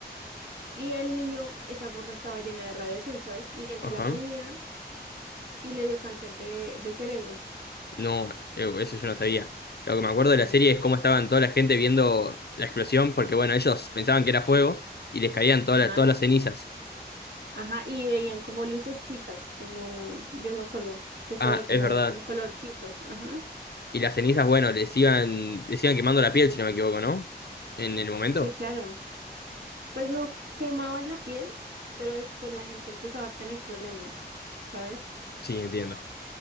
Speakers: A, on the right; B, on the left.
A: Y el niño, esa gorra estaba llena de radiación, ¿sabes? Y él se
B: Ajá.
A: la ponía y le dio cáncer de, de cerebro.
B: No, eh, eso yo no sabía. Lo que me acuerdo
A: Sí,
B: de la serie es cómo estaban toda la gente viendo la explosión, porque bueno, ellos pensaban que era fuego y les caían todas
A: ajá,
B: las, todas las cenizas.
A: ajá, y veían como lucecitas, como, yo me acuerdo, que se
B: Ah,
A: veía como,
B: es verdad.
A: como colorcitos, ajá,
B: Y las cenizas, bueno, les iban, les iban quemando la piel, si no me equivoco, ¿no? En el momento.
A: sí, claro, pues no quemaban la piel, pero después la gente empezaba a tener problemas, ¿sabes?
B: Sí, entiendo.